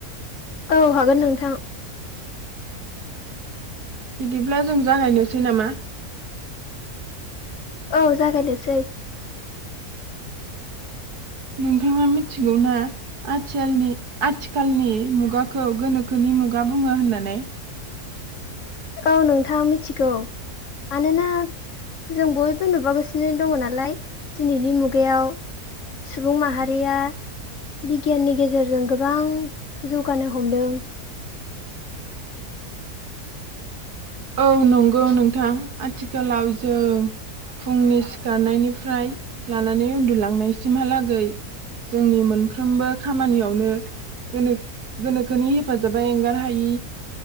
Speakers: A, on the left; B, on the right.
A: औ हागोन नोंथां।
B: बिदिब्ला जों जागायनोसै नामा?
A: औ जागायनोसै।
B: नोंथाङा मिथिगौना आथियालनि आथिखालनि मुगाखौ गोनोखोनि मुगा बुङो होननानै?
A: औ नोंथां मिथिगौ मानोना जों बयबो नुबोगासिनो दङ' नालाय दिनैनि मुगायाव सुबुं माहारिया बिगियाननि गेजेरजों गोबां जौगानो हमदों।
B: औ नंगौ नोंथां आथिखालाव जों फुंनि सिखारनायनिफ्राय लानानै उन्दुलांनायसिमहालागै जोंनि मोन फ्रोमबो खामानियावनो गोनो गोनोखोनि हेफाजाबा एंगार हायि